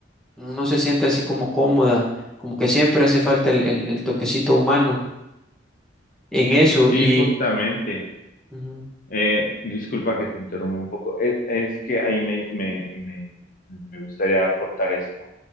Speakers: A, in the centre; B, on the left (about 45°).
A: no se siente así como cómoda, como que siempre hace falta el, el- el toquecito humano en eso.
B: Sí,
A: Y
B: justamente.
A: Ujú,
B: Eh, disculpa que te interrumpa un poco. Es, es que ahí me, me, me- me gustaría aportar esto.